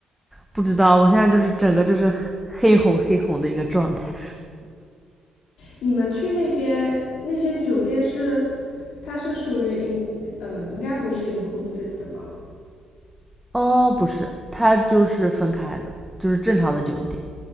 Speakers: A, in the centre; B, on the left.
A: 不知道我现在就是整个就是黑红黑红的一个状态。
B: 你们去那边那些酒店是，它是属于 in，嗯、呃应该不是 inclusive 的吧？
A: <laughs> 哦，不是，它就是分开的，就是正常的酒店。